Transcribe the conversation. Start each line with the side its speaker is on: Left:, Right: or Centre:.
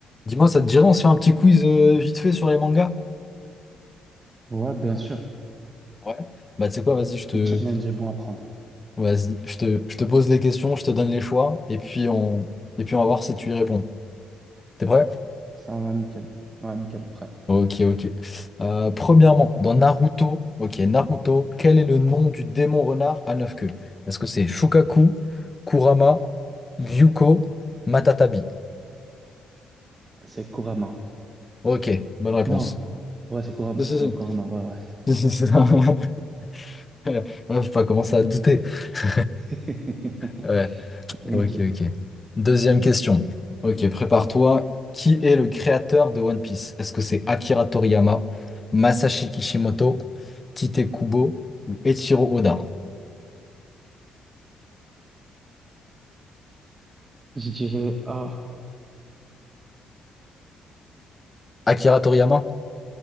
Left: Dis-moi, ça te dirait, on se fait un petit quiz euh, vite fait sur les mangas?
Right: Ouais, bien sûr.
Left: Ouais. Bah, tu sais quoi, vas-y, je
Right: Tout
Left: te,
Right: challenge est bon à prendre.
Left: vas-y, je te, je te pose les questions, je te donne les choix, et puis on, et puis on va voir si tu y réponds. T'es prêt?
Right: Ça va nickel. Ouais, nickel. Prêt.
Left: Ok, ok. Euh, premièrement, dans Naruto, ok, Naruto, quel est le nom du démon renard à neuf queues? Est-ce que c'est Shukaku, Kurama, Gyuko, Matatabi?
Right: C'est Kurama.
Left: Ok, bonne réponse.
Right: Non. Ouais, c'est Kurama.
Left: Si, si,
Right: C'est
Left: si.
Right: Kurama.
Left: <laughs>
Right: Ouais, ouais.
Left: Si, si, si. <laughs> Ouais, Faut pas commencer à douter. <laughs>
Right: <laughs>
Left: Ouais.
Right: Ok.
Left: Ok, ok. Deuxième question. Ok, prépare-toi. Qui est le créateur de One Piece? Est-ce que c'est Akira Toriyama, Masashi Kishimoto, Tite Kubo ou Eiichiro Oda?
Right: Je dirais A.
Left: Akira Toriyama?